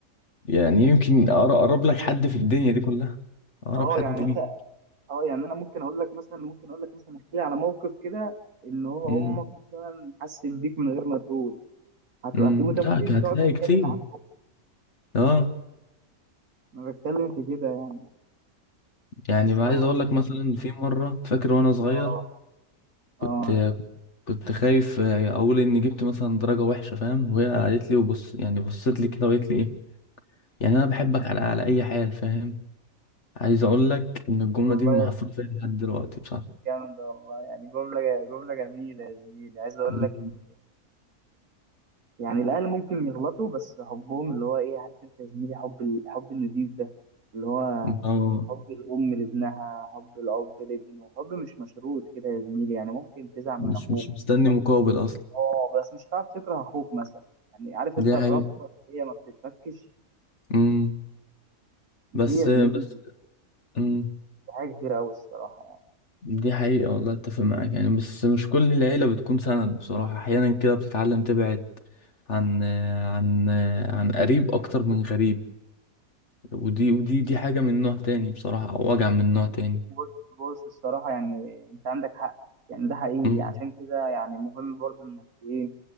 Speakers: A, on the left; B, on the right.
A: يعني يمكن أقر- اقرب لك حد في الدنيا دي كلها اقرب
B: اه
A: حد
B: يعني
A: ليه
B: انت اه يعني انا ممكن اقول لك مثلا ممكن اقول لك مثلا احكي لي على موقف كده ان هو
A: امم
B: امك مثلا حست بيك من غير ما تقول هت-
A: امم
B: هت- انت
A: لا
B: ممكن
A: هتلاقي
B: تقعد تتكلم
A: كتير
B: معاك
A: اه
B: انا بتكلم في كده يعني
A: يعني
B: الصراحة
A: بقى عايز اقول
B: دي-
A: لك مثلا في مرة فاكر وانا صغير
B: اه
A: كنت
B: اه
A: كنت خايف اقول اني جبت مثلا درجة وحشة فاهم وهي قالت لي وبص يعني بصت لي كده وقالت لي ايه يعني انا بحبك على على اي حال فاهم عايز اقول لك ان الجملة
B: والله
A: دي محفورة فيها لحد دلوقتي
B: جامدة والله يعني جملة جملة جميلة يا زميلي عايز أقول
A: بصراحة
B: لك إن يعني الأهل ممكن يغلطوا بس حبهم اللي هو إيه عارف أنت يا زميلي حب الحب النضيف ده اللي هو
A: اه
B: حب الأم لابنها حب الأب لابنه حب مش مشروط كده يا زميلي يعني ممكن تزعل
A: مش
B: من أخوك
A: مش مستني مقابل اصلا
B: أه بس مش هتعرف تكره أخوك مثلا يعني عارف أنت
A: دي
B: الرابطة
A: حقيقة
B: هي ما بتتفكش
A: امم بس
B: دي يا
A: بس
B: زميلي
A: امم
B: حاجة كبيرة أوي الصراحة يعني
A: دي حقيقة والله اتفق معاك يعني بس مش كل العيلة بتكون سند بصراحة احيانا كده بتتعلم تبعد عن عن عن قريب اكتر من غريب ودي ودي دي حاجة من نوع تاني بصراحة او وجع من نوع تاني
B: بص بص الصراحة يعني أنت عندك حق يعني ده حقيقي
A: امم
B: عشان كده يعني مهم برضو انك ايه